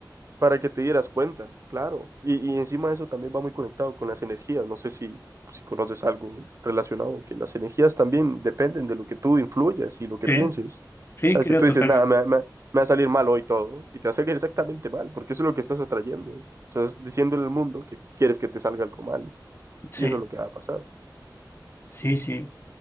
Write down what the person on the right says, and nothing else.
para que te dieras cuenta, claro. Y, y encima de eso también va muy conectado con las energías. No sé si, si conoces algo relacionado, que las energías también dependen de lo que tú influyas y lo que
pienses.
O sea,
si tú
dices, nada, me, me- me va a salir mal hoy todo, y te va a salir exactamente mal, porque eso es lo que estás atrayendo. Estás diciéndole al mundo que quieres que te salga algo mal,
y eso es lo que va a pasar.